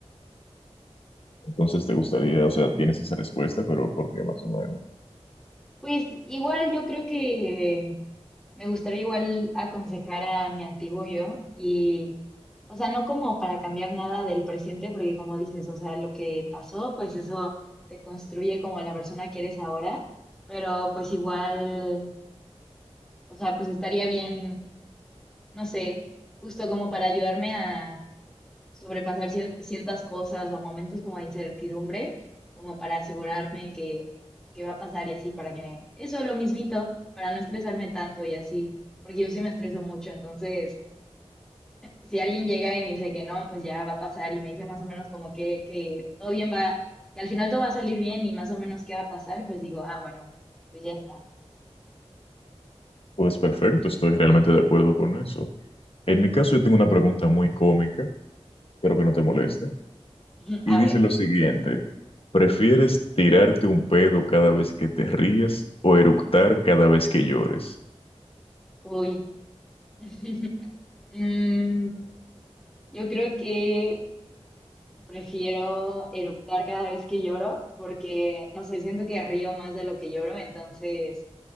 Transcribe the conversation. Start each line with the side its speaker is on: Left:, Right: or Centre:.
Left: Entonces, te gustaría, o sea, tienes esa respuesta, pero ¿por qué más o menos?
Centre: Pues igual yo creo que Me gustaría igual aconsejar a mi antiguo yo y, o sea, no como para cambiar nada del presente, porque como dices, o sea, lo que pasó, pues eso te construye como la persona que eres ahora, pero pues igual, o sea, pues estaría bien, no sé, justo como para ayudarme a sobrepasar cier- ciertas cosas o momentos como de incertidumbre, como para asegurarme que, pues, que va a pasar y así, para que eso lo mismito, para no estresarme tanto y así, porque yo sí me estreso mucho, entonces si alguien llega y me dice que no, pues ya va a pasar y me dice más o menos como que, que todo bien va, que al final todo va a salir bien y más o menos qué va a pasar, pues digo, ah, bueno, pues ya está.
Left: Pues perfecto, estoy realmente de acuerdo con eso. En mi caso, yo tengo una pregunta muy cómica, espero que no te moleste.
Centre: <laughs>
Left: y
Centre: A
Left: dice
Centre: ver,
Left: lo siguiente, ¿prefieres tirarte un pedo cada vez que te rías o eructar cada vez que llores?
Centre: uy. <laughs> Mm, yo creo que Prefiero eructar cada vez que lloro porque, no sé, siento que río más de lo que lloro, entonces,